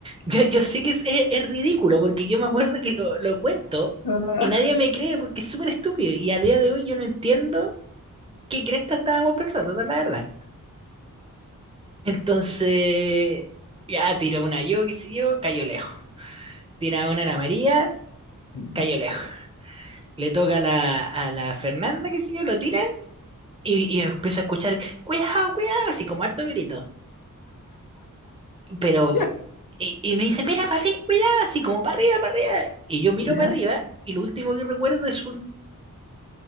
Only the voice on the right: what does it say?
Yo, yo sé que es, es- es ridículo porque yo me acuerdo que lo, lo cuento
y nadie me cree porque es súper estúpido. Y a día de hoy yo no entiendo qué cresta estábamos pensando, esa es la verdad. Entonces, ya tiró una yo, qué sé yo, cayó lejos. Tira una a la María,
cayó lejos. Le toca a la, a la Fernanda, qué sé yo, lo tira y, y empiezo a escuchar, cuidado, cuidado, así como harto grito. Pero,
y, y me dice, mira para arriba, cuidado, así como para arriba, para arriba. Y yo miro
para arriba y lo último que recuerdo es un,